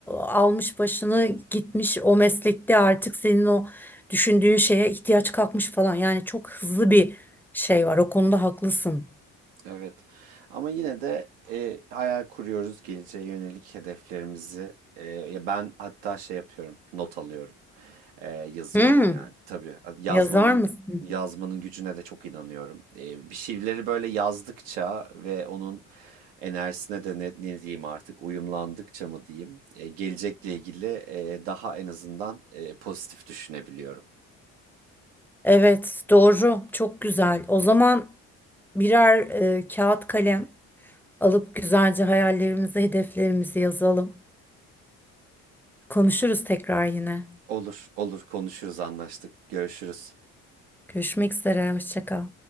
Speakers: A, in the centre; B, on the right.
A: almış başını gitmiş o meslekte artık senin o düşündüğün şeye ihtiyaç kalkmış falan yani çok hızlı bir şey var o konuda haklısın.
B: Evet. Ama yine de e, hayal kuruyoruz geleceğe yönelik hedeflerimizi. E, ya ben hatta şey yapıyorum, not alıyorum. E, yazıyorum
A: Hmm,
B: yani. Tabii yazmanın
A: yazar mısın?
B: yazmanın gücüne de çok inanıyorum. E, bir şeyleri böyle yazdıkça ve onun enerjisine de ne, ne diyeyim artık uyumlandıkça mı diyeyim, e, gelecekle ilgili e, daha en azından e, pozitif düşünebiliyorum.
A: Evet, doğru. Çok güzel. O zaman birer e, kağıt kalem alıp güzelce hayallerimizi, hedeflerimizi yazalım. Konuşuruz tekrar yine.
B: Olur, olur konuşuruz, anlaştık. Görüşürüz.
A: Görüşmek üzere, hoşça kal.